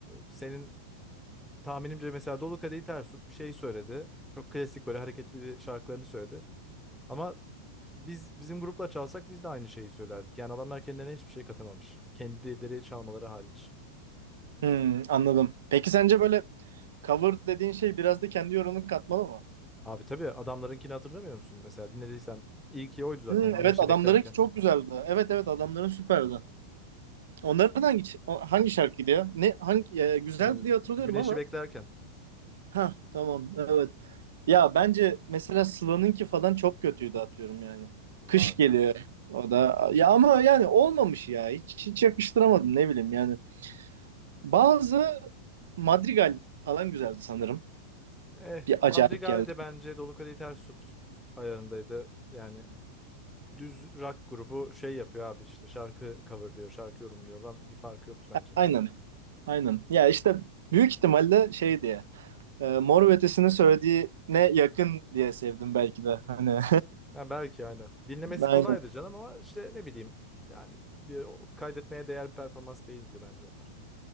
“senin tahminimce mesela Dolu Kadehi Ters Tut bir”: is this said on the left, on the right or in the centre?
Centre